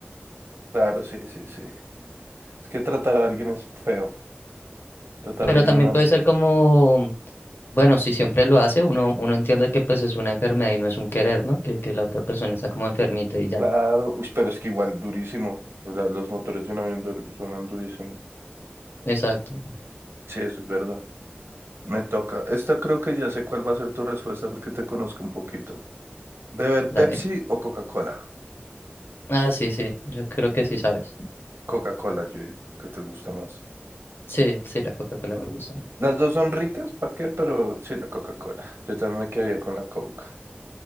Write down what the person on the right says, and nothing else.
Claro, sí, sí, sí. Es que tratar a alguien es feo, tratar
a alguien
mal
es...
Claro, uy, pero es que igual durísimo. La- los motores de un avión du- suenan durísimo.
Sí, eso es verdad. Me toca. Esta creo que ya sé cuál va a ser tu respuesta porque te conozco un poquito. ¿Beber Pepsi
o Coca-Cola?
Coca-Cola, yo digo que te gusta más.
Las dos son ricas, ¿para qué? Pero sí, la Coca-Cola. Yo también me quedaría con la Coca.